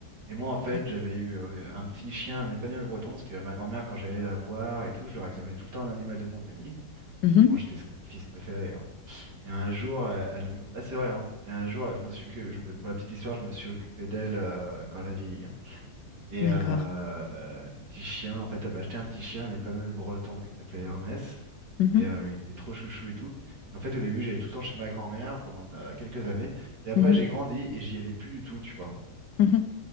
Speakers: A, on the right; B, on the left.
A: Et moi, en fait,
B: ouais.
A: j'avais eu euh, un petit chien, un épagneul breton, parce que ma grand-mère, quand j'allais la voir et tout, je lui réclamais tout le temps un animal de compagnie.
B: Mhm,
A: Puis bon, j'étais son petit-fils préféré. hein. Et un jour, euh, elle, me- ah, c'est vrai, hein. Et un jour, je me suis, occu- je me- pour la petite histoire, je me suis occupé d'elle euh, quand elle a vieilli. hein. Et
B: d'accord.
A: euh, euh, le petit chien, en fait, elle m'a acheté un petit chien, un épanoui breton qui s'appelait Hermès.
B: Mhm,
A: Et euh, il était trop chouchou et tout. Et en fait, au début, j'allais tout le temps chez ma grand-mère pendant euh, quelques années. Et après,
B: mhm,
A: j'ai grandi et j'y allais plus du tout, tu vois.
B: mhm.